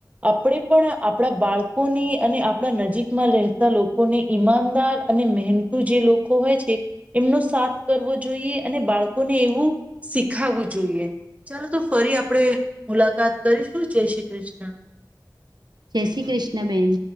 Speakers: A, on the right (about 20°); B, on the right (about 70°).
A: આપણે પણ આપણા બાળકોની અને આપણા નજીકમાં રહેતા લોકોને ઈમાનદાર અને મહેનતુ જે લોકો હોય છે એમનો સાથ કરવો જોઈએ અને બાળકોને એવું શીખાવવું જોઈએ ચાલો તો ફરી આપડણે મુલાકાત કરીશું જય શ્રી કૃષ્ણ
B: જય શ્રી કૃષ્ણબેન